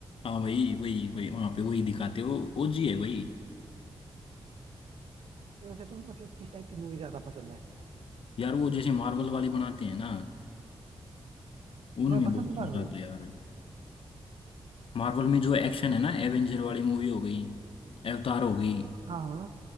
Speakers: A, on the left; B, on the right.
A: हाँ भाई वही वही वहां पे वही दिखाते हो ओजी है वही
B: तो वैसे तुम्हें मतलब किस टाइप की मूवी ज्यादा पसंद है
A: यार वो जैसे मार्वल वाली बनाते हैं ना उनमें
B: तुम्हें पसंद
A: बहुत
B: है मार्वल
A: मजा आता है यार मार्वल में जो एक्शन है ना एवेंजर वाली मूवी हो गई अवतार हो गई
B: हाँ हाँ